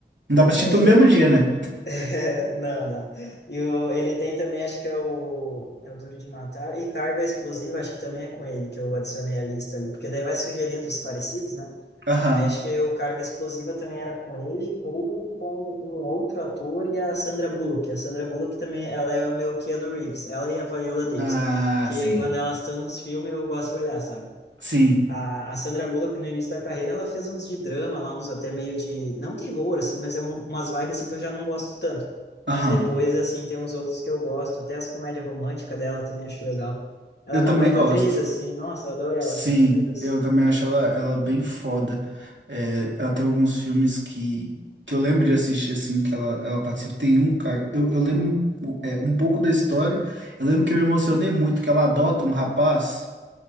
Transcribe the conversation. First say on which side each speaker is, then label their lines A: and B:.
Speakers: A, on the right; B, on the left.
A: Não dá pra assistir
B: é,
A: tudo
B: e
A: no mesmo
B: o...
A: dia, né?
B: <laughs> é, não, não. E o, ele tem também, acho que é o, é o Duro de Matar, e Carga Explosiva, acho que também é com ele que eu adicionei a lista ali, porque daí vai sugerindo os parecidos, né?
A: Aham.
B: Aí acho que o Carga Explosiva também era com ele, ou com um outro ator e a Sandra Bullock. A Sandra Bullock também, ela é o meu Keanu Reeves, ela e a Viola Davis,
A: Ah,
B: que
A: sim.
B: quando elas estão nos filmes eu gosto de olhar, sabe?
A: Sim.
B: A, a Sandra Bullock, no início da carreira, ela fez uns de drama lá, uns até meio de... Não terror, assim, mas é um, umas vibes, assim, que eu já não gosto tanto.
A: Aham.
B: Mas depois, assim, tem uns outros que eu gosto. Até as comédias românticas dela também acho legal. Ela
A: Eu
B: é uma
A: também
B: baita
A: gosto.
B: atriz, assim. Nossa, eu adoro ela,
A: Sim,
B: cara. Meu Deus.
A: eu também acho ela, ela bem foda. É, ela tem alguns filmes que, que eu lembro de assistir, assim, que ela, ela participa. Tem um, cara, eu, eu lembro é, um pouco da história. Eu lembro que eu me emocionei muito, que ela adota um rapaz,